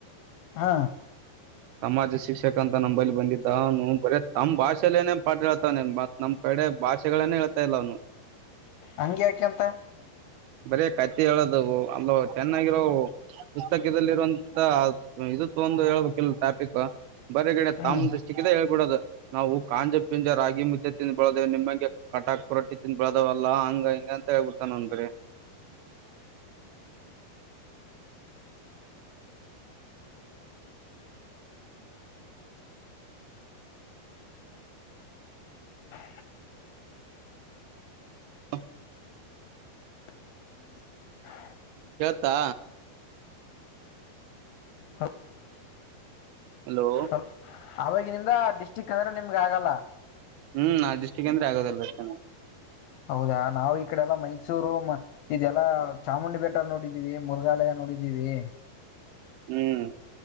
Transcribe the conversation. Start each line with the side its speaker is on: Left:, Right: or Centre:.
Left: ಹಾ
Right: ಸಮಾಜ ಶಿಕ್ಷಕ ಅಂತ ನಂಬಲ್ಲಿ ಬಂದಿದ್ದ ಅವನು ತಮ್ಮ್ ಭಾಷೆಲ್ಲೇನೇ ಪಾಠ <unintelligible> ತ್ ನಮ್ ಕಡೆ ಭಾಷೆಗಳನೆ ಹೇಳ್ತಾಲ್ಲ ಅವನು.
Left: ಹಂಗೆ ಯಾಕೆಂತ
Right: ಬರೇ ಕತೆ ಹೇಳೋದು ಅಲ್ಲ ಒ ಚೆನ್ನಾಗಿರೋವು. ಪುಸ್ತಕದಲ್ಲಿರುವಂತ ಇದು ತಗೊಂಡು ಹೇಳ್ಬೇಕಿಲ್ಲ ಟಾಪಿಕ್ಕು. ಬರೇಗಡೆ
Left: ಹ್ಮ್
Right: ತಂಮ್ ಡಿಸ್ಟಿಕ್ದೇ ಹೇಳ್ಬಿಡದು ನಾವು ಕಾಂಜ ಪಿಂಜರಾಗಿ <unintelligible> ಮುದ್ದೆ ತಿಂದು ಬೆಲ್ದೇವ ನಿಮ್ಮಂಗೆ ಕಟಾಕ್ ರೋಟ್ಟಿ ತಿಂದ್ ಬಳದಾವಲ್ಲ ಹಂಗ ಹಿಂಗ ಅಂತ ಹೇಳ್ಬಿತಾ ನಂದರೀ.
Left: ಅ
Right: ಹಾ
Left: ಹ
Right: ಹೇಳ್ತಾ
Left: ಹ
Right: ಹಲೋ
Left: ಹ ಅವವಾಗಿನಿಂದ ಡಿಸ್ಟಿಕ್ ಅಂದ್ರೆ ನಿಮ್ಗ ಆಗಲ್ಲ
Right: ಹ್ಮ್ ನಾಡ್ಜಸ್ಗೆ ಅಂದ್ರೆ ಆಗೋದಲ್ಲ ಅಷ್ಟ
Left: ಹೌದಾ ನಾವು ಈ ಕಡೆಲ್ಲ ಮೈಸೂರು ಇದೆಲ್ಲಾ ಚಾಮುಂಡಿ ಬೆಟ್ಟ ನೋಡಿದೀವಿ ಮೃಗಾಲಯ ನೋಡಿದೀವಿ
Right: ಹ್ಮ್